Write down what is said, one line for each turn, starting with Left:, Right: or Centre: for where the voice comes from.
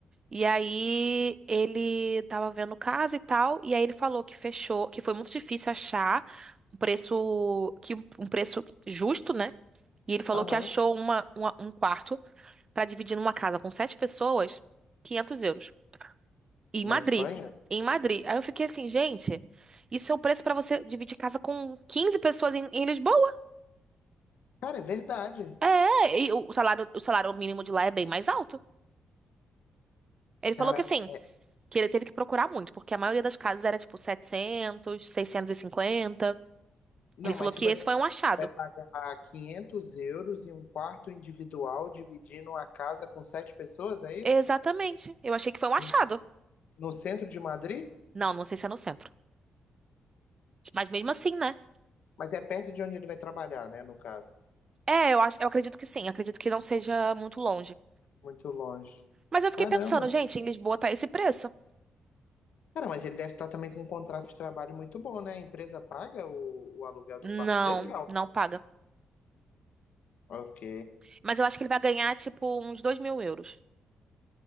Right: E aí ele tava vendo casa e tal, e aí ele falou que fechou, que foi muito difícil achar um preço que um um preço justo, né? E ele falou
Left: Aham.
Right: que achou uma, uma- um quarto pra dividir numa casa com sete pessoas, 500 euros. E em
Left: Na
Right: Madrid.
Left: Espanha?
Right: E Em Madrid. Aí eu fiquei assim, gente, isso é o preço pra você dividir casa com 15 pessoas em, em Lisboa?
Left: Cara, é verdade.
Right: É, é, e o salário, o salário mínimo de lá é bem mais alto. Ele falou
Left: Caraca.
Right: que assim, que ele teve que procurar muito, porque a maioria das casas era tipo setecentos, seiscentos e cinquenta.
Left: Não,
Right: Ele falou
Left: mas
Right: que
Left: tipo
Right: esse
Left: assim,
Right: foi um achado.
Left: vai pagar 500 euros em um quarto individual dividindo a casa com sete pessoas, é isso?
Right: Exatamente. Eu achei que foi um achado.
Left: No, no centro de Madrid?
Right: Não, não sei se é no centro. Mas mesmo assim, né?
Left: Mas é perto de onde ele vai trabalhar, né, no caso.
Right: É, eu acho, eu acredito que sim. Acredito que não seja muito longe.
Left: Muito longe.
Right: Mas eu fiquei
Left: Caramba.
Right: pensando, gente, em Lisboa tá esse preço?
Left: Cara, mas ele deve estar também com um contrato de trabalho muito bom, né? A empresa paga o, o aluguel do
Right: Não,
Left: quarto dele? Não.
Right: não paga.
Left: Ok.
Right: Mas eu acho que ele vai ganhar, tipo, uns 2 mil euros.